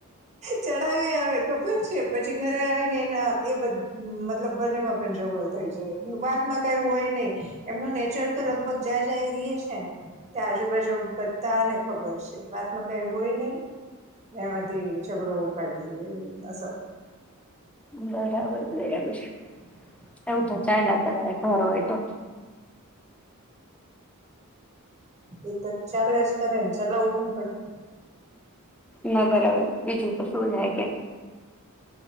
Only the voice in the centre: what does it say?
બરાબર બરાબર છે, આવ તો ચા લ કર. હરોટો.
ના બરાબર, બીજું તો શું જાય કે